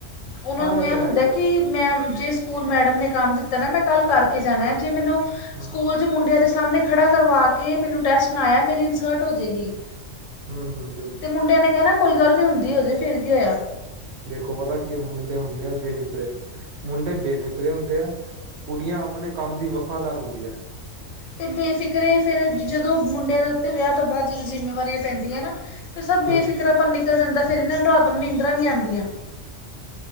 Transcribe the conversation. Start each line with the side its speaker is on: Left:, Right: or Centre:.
Left: ਉਨਾਂ
Right: ਹਾਂ
Left: ਨੂੰ
Right: ਇਹ
Left: ਐਹ
Right: ਤਾਂ
Left: ਹੁੰਦਾ
Right: ਹੈ ਹੀ ਹੈ
Left: ਕਿ ਮੈਂ ਜਿਸ ਸਕੂਲ ਮੈਡਮ ਨੇ ਕੰਮ ਦਿੱਤਾ ਨਾ ਮੈਂ ਕੱਲ ਕਰਕੇ ਜਾਣਾ ਜੇ ਮੈਨੂੰ
Right: ਹੂੰ
Left: ਸਕੂਲ 'ਚ ਮੁੰਡਿਆਂ ਦੇ ਸਾਮਣੇ ਖੜਾ ਕਰਵਾ ਕੇ ਮੈਨੂੰ ਟੈਸਟ ਨਾ ਆਏਆ ਮੇਰੀ ਇਨਸਰਟ ਹੋ ਜੇਗੀ।
Right: ਹੂੰ-ਹੂੰ।
Left: ਤੇ ਮੁੰਡਿਆਂ ਨੇ ਕਹਿਣਾ ਕੋਈ ਗੱਲ ਨੀ ਹੁੰਦੀ ਹੋਜੇ ਫੇਰ ਕੀ ਹੋਇਆ।
Right: ਦੇਖੋ ਪਤਾ ਕੀ ਮੁੰਡੇ ਹੁੰਦੇ ਆ ਬੇਫਿਕਰੇ ਮੁੰਡੇ ਬੇਫਿਕਰੇ ਹੁੰਦੇ ਆ। ਕੁੜੀਆਂ ਆਪਣੇ ਕੰਮ ਦੀ ਵਫ਼ਾਦਾਰ ਹੁੰਦੀਆਂ।
Left: ਤੇ ਬੇਫਿਕਰੇ ਏ ਫੇਰ ਜਦੋਂ ਮੁੰਡਿਆਂ ਦੇ ਉੱਤੇ ਵਿਆਹ ਤੋਂ ਬਾਦ ਜਦੋਂ ਜ਼ਿੰਮੇਵਾਰੀਆਂ ਪੈਂਦੀਆਂ ਨਾ ਫਿਰ ਸਭ ਬੇਫਿਕਰਾਂ
Right: ਹਮ
Left: ਪਨ ਨਿਕਲ ਜਾਂਦਾ ਫੇਰ ਏਨਾਂ ਨੂੰ ਰਾਤ ਨੂੰ ਨੀਂਦਰਾ ਨੀ ਆਦੀਆਂ।